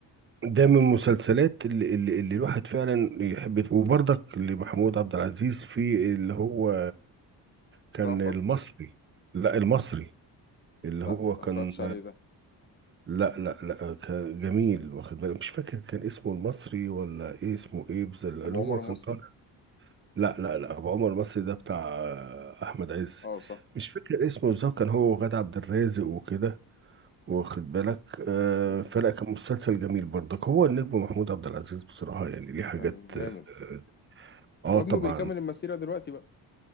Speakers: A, on the right; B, on the left.
A: ده من المسلسلات اللي, اللي, اللي الواحد فعلا يحب وبرضك لمحمود عبد العزيز في اللي هو كان
B: رأفت
A: المصري لا المصري اللي
B: لا
A: هو كان
B: ما اتفرجتش عليه ده
A: لا لا لا كان جميل واخد بالك مش فاكر كان اسمه المصري ولا ايه اسمه ايه بس اللي
B: ابو
A: هو
B: عمر المصري
A: كان طالع لا لا لا ابو عمر المصري ده بتاع احمد عز
B: اه صح
A: مش فاكر اسمه ازاي كان هو وغادة عبد الرازق وكده واخد بالك آه
B: مم.
A: فلا كان مسلسل جميل برضك هو النجم محمود عبد العزيز بصراحة يعني ليه حاجات
B: كان جامد
A: اه, آه
B: وابنه
A: طبعا
B: بيكمل المسيره دلوقتي بقى